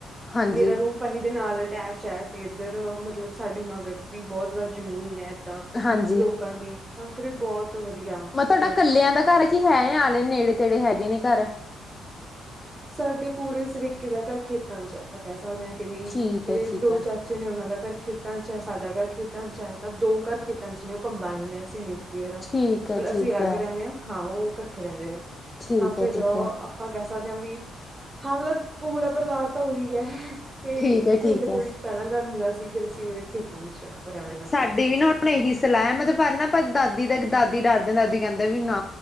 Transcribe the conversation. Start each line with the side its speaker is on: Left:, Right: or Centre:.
Left: ਹਾਂਜੀ
Right: ਮੇਰਾ ਰੂਮ ਤਹੀ ਦੇ ਨਾਲ ਅਟੈਚ ਐ ਤੇ ਏੱਧਰ ਮਤਲਬ ਸਾਡੇ ਮਗਰ ਬੀ ਬੋਤ ਜਾਦਾ ਜ਼ਮੀਨ ਐ ਤਾਂ
Left: ਹਾਂਜੀ
Right: ਲੋਕਾਂ ਦੀ ਤਾਂ ਫਿਰ ਬੋਤ ਵਧੀਆ ਮਤਲਬ
Left: ਮੈਂ ਤੁਆਡਾ ਕੱਲੇਆਂ ਦਾ ਘਾਰ ਐ ਕਿ ਹੈ ਆਲੇ ਨੇੜੇ ਤੇੜੇ ਹੈਗੇ ਨੇ ਘਰ?
Right: ਸਾਡੇ ਪੂਰੇ ਸਰੀਕੇ ਦਾ ਘਰ ਖੇਤਾਂ 'ਚ ਐ। ਆਪਾਂ ਕੈ ਸਕਦੇ ਆਂ ਕਿ ਵੀ
Left: ਠੀਕ
Right: ਮੇਰੇ
Left: ਹੈ ਠੀਕ
Right: ਦੋ
Left: ਹੈ।
Right: ਚਾ ਚੇ ਨੇ ਓਨਾਂ ਦਾ ਘਰ ਖੇਤਾਂ ਇੱਚ ਐ, ਸਾਡਾ ਘਰ ਖੇਤਾਂ ਇੱਚ ਐ ਤਾਂ ਦੋ ਘਰ ਖੇਤਾਂ 'ਚ ਨੇ ਓ ਕੰਬਾਈਨ ਨੇ ਅਸੀ ਨਿਊ ਕਲੀਅਰ ਆਂ
Left: ਠੀਕ ਹੈ
Right: ਤੇ ਅਸੀ
Left: ਠੀਕ
Right: ਅਲੱਗ
Left: ਹੈ
Right: ਰੈਣੇ ਆਂ। ਹਾਂ ਓ ਕੱਠੇ ਰੈਂਦੇ ਨੇ
Left: ਠੀਕ
Right: ਤਾਂ ਫੇਰ
Left: ਹੈ ਠੀਕ
Right: ਅ
Left: ਹੈ
Right: ਅਪ ਪਾਂ ਕੈ ਸਕਦੇ ਆਂ ਵੀ ਹਾਂ ਮਤਲਬ ਪੂਰਾ ਪਰਿਵਾਰ ਤਾਂ ਉਰਹੀ ਗਿਆ ਤੇ
Left: ਠੀਕ ਹੈ
Right: ਪਿੰਡ
Left: ਠੀਕ
Right: ਦੇ
Left: ਹੈ।
Right: ਵਿੱਚ ਪੈਲਾਂ ਘਰ ਹੁੰਦਾ ਸੀ ਫੇਰ ਉਸੀ ਉਰੇ ਖੇਤਾਂ 'ਚ ਰਹਿਣ ਲੱਗ ਗਏ
Left: ਸਾਡੀ ਵੀ ਨਾ ਮੇ ਏਹੀ ਸਲਾ ਐ ਮਤਲਬ ਪਰ ਨਾ ਪਰ ਦਾਦੀ ਤੇੱਕ ਦਾਦੀ ਡਰ ਦੇ ਦਾਦੀ ਕੈਂਦੇ ਵੀ ਨਾ